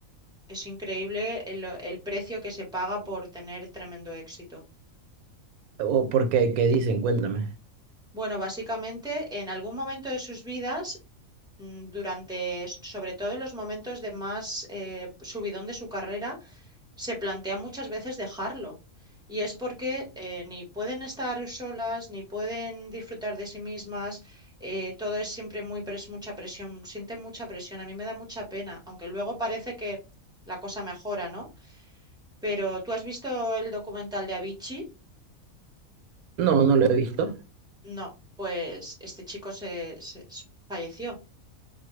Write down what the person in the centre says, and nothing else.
Es increíble el el precio que se paga por tener tremendo éxito.
Bueno, básicamente en algún momento de sus vidas, mm, durante, s- sobre todo en los momentos de más eh, subidón de su carrera, se plantea muchas veces dejarlo. Y es porque eh, ni pueden estar solas, ni pueden disfrutar de sí mismas, eh, todo es siempre muy pres- mucha presión, sienten mucha presión, a mí me da mucha pena, aunque luego parece que la cosa mejora, ¿no? Pero ¿tú has visto el documental de Avicii?
Mm,
No, pues este chico se se- se- falleció.